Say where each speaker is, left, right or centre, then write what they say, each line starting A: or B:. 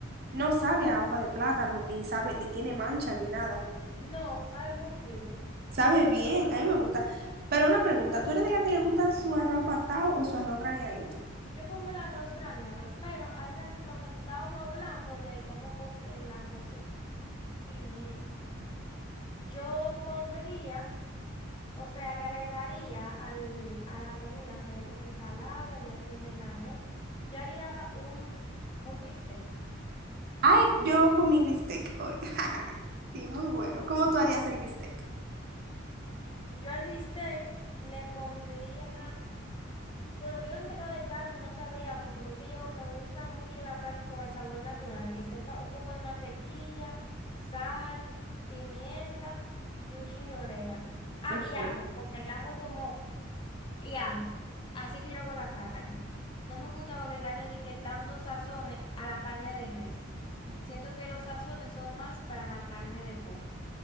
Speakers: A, on the right; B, on the left.
A: no sabe a hoja de plátano, ni sabe, ni tiene mancha, ni nada.
B: no, sabe muy rico.
A: Sabe bien, a mí me gusta. Pero una pregunta, ¿tú eres de la que le gusta su arroz patado o su arroz graneadito?
B: Yo como el arroz graneado, pero a esa, lo que estábamos hablando de cómo co- de la cocina y eso, yo pondría, o sea, le agregaría al, a la comida, o sea, ya tiene ensalada, ya tiene el arroz, yo haría un, un bistec.
A: Ay, yo comí bistec hoy. <laughs> Sí, muy bueno. ¿Cómo tú harías el bistec?
B: Yo al bistec le pondría Bueno, yo en verdad de carne no sabría mucho, porque yo me gusta mucho la carne con el sabor natural, que sepa un poco de mantequilla, sal, pimienta y un chin de orégano. Ah,
A: Ok,
B: y ajo, porque el ajo es como, y ajo. Así que yo hago la carne. No me gusta agregarle de que tantos sazones a la carne de res. Siento que los sazones son más para la carne de pollo.